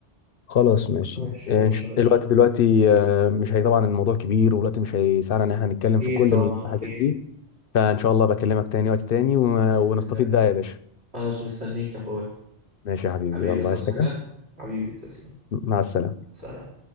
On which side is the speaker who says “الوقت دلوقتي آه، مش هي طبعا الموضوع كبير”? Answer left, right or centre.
Left